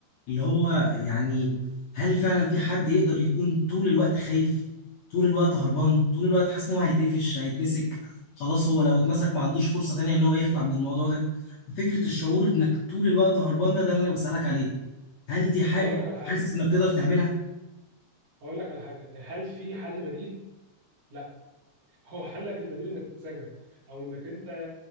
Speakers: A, on the left (about 75°); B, on the right (about 70°).
A: اللي هو يعني هل فعلا في حد يقدر يكون طول الوقت خايف طول الوقت هربان طول الوقت حاسس ان هو هيتقفش هيتمسك خلاص هو لو اتمسك ما عندوش فرصه تانية ان هو يخلع من الموضوع ده فكره الشعور انك طول الوقت هربان ده ده اللي انا بسالك عليه هل دي حاجه
B: بس هقول لك على حاجه
A: حاسس انك تقدر تعملها
B: هقول لك على حاجه هل في حل بديل لا هو حلك البديل انك تتسجن او انك انت